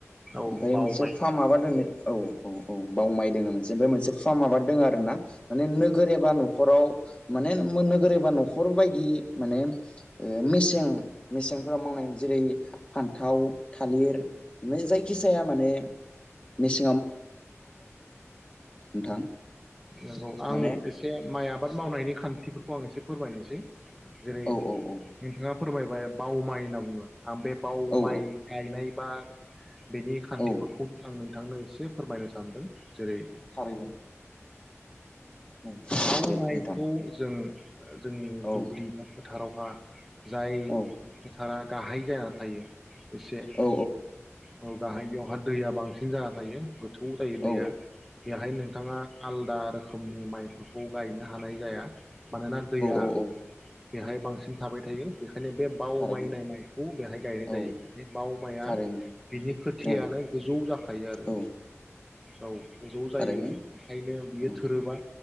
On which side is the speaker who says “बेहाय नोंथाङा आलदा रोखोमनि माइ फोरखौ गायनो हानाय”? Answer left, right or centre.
Centre